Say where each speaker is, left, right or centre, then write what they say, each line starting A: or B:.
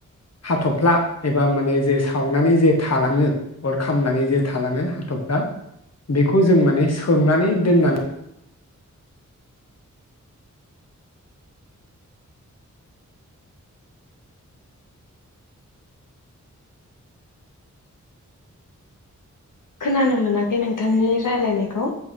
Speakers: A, on the left; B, on the left.
A: हाथफ्ला एबा माने जे सावनानै जे थालाङो अर खामनानै जे थालाङो हाथफ्ला बेखौ जों माने सोमनानै दोननानै
B: खोनानो मोनाखै नोंथांनि राय्लायनायखौ